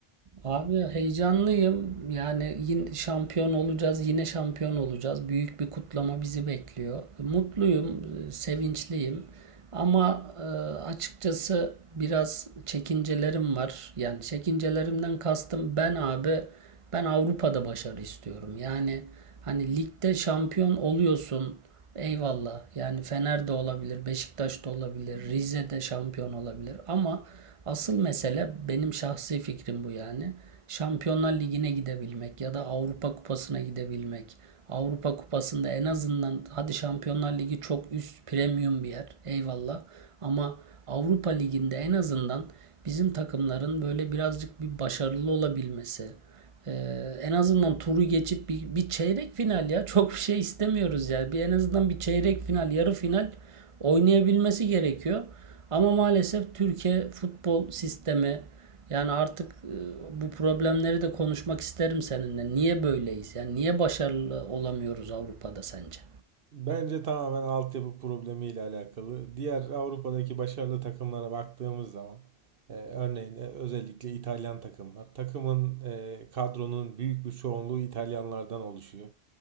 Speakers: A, on the right; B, on the right.
A: abi heyecanlıyım. Yani yine şampiyon olacağız, yine şampiyon olacağız. Büyük bir kutlama bizi bekliyor. Mutluyum, e, sevinçliyim. Ama e, açıkçası biraz çekincelerim var. Yani çekincelerimden kastım ben abi, ben Avrupa'da başarı istiyorum. Yani hani ligde şampiyon oluyorsun. Eyvallah. Yani Fener de olabilir, Beşiktaş da olabilir, Rize de şampiyon olabilir. Ama asıl mesele benim şahsi fikrim bu yani. Şampiyonlar Ligi'ne gidebilmek ya da Avrupa Kupası'na gidebilmek. Avrupa Kupası'nda en azından hadi Şampiyonlar Ligi çok üst premium bir yer. Eyvallah. Ama Avrupa Ligi'nde en azından bizim takımların böyle birazcık bir başarılı olabilmesi, ee, en azından turu geçip bir, bir çeyrek final ya. Çok bir şey istemiyoruz yani. Bir en azından bir çeyrek final, yarı final oynayabilmesi gerekiyor. Ama maalesef Türkiye futbol sistemi yani artık e, bu problemleri de konuşmak isterim seninle. Niye böyleyiz? Yani niye başarılı olamıyoruz Avrupa'da sence?
B: Bence tamamen altyapı problemiyle alakalı. Diğer Avrupa'daki başarılı takımlara baktığımız zaman e, örneğin e, özellikle İtalyan takımlar. Takımın e, kadronun büyük bir çoğunluğu İtalyanlardan oluşuyor.